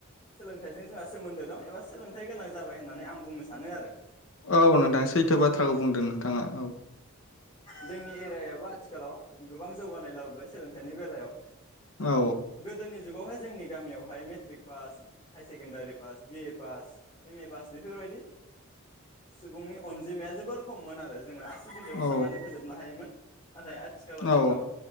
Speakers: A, on the left; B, on the left.
A: सोलोंथाइजों जोंहा सोमोन्दो दं एबा सोलोंथाइ गोनां जाबाय होननानै आं बुंनो सानो आरो
B: औ नोंथां सैथो बाथ्राखौ बुंदों नोंथाङा औ
A: जोंनि एरियायावबो आथिखालाव गोबां जौगानाय लाबोबाय सोलोंथाइनि बेलायाव
B: औ
A: गोदोनि जुगावहाय जोंनि गामियावहाय matric pass higher secondary pass BA pass M A pass बेफोरबायदि सुबुंनि अनजिमाया जोबोर खममोन आरो जों बिजौआव
B: औ
A: साननानै फोजोबनो हायोमोन। नाथाय आथिखालाव
B: औ
A: जोंनाव